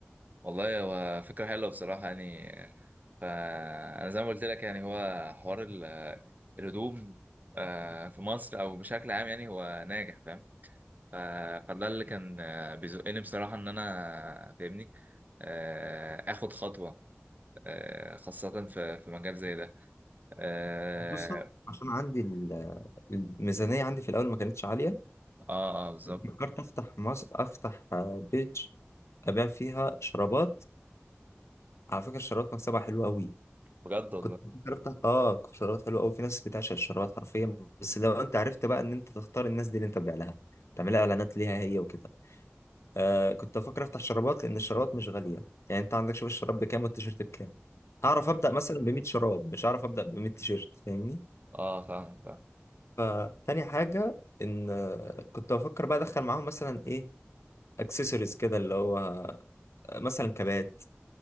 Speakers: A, on the right (about 40°); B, on the left (about 85°).
A: والله هو فكرة حلوة بصراحة يعني فأنا زي ما قلت لك يعني هو حوار ال- الهدوم آه في مصر أو بشكل عام يعني هو ناجح فاهم ف- فده اللي كان آه، بيزقني بصراحة إن أنا فاهمني آه، آخد خطوة آه، خاصة في في مجال زي ده اه
B: خصوصا عشان عندي ال- الميزانيه عندي في الاول ما كانتش عاليه
A: اه آه، بالظبط
B: فكرت افتح مص... افتح آه، بيج ابيع فيها شرابات على فكره الشرابات مكسبها حلو قوي
A: بجد والله
B: كنت بفكر افتح اه شرابات حلوه قوي في ناس بتعشق الشرابات حرفيا بس لو انت عرفت بقى ان انت تختار الناس دي اللي انت تبيع لها تعملها اعلانات ليها هي وكده آه كنت بفكر افتح شرابات لان الشرابات مش غاليه يعني انت عندك شوف الشراب بكام والتيشيرت بكام هعرف ابدا مثلا ب 100 شراب مش هعرف ابدا ب 100 تيشيرت فاهمني
A: اه فاهم فاهم
B: فتاني حاجه ان آه، كنت بفكر بقى ادخل معاهم مثلا ايه اكسسوارز كده اللي هو مثلا كبات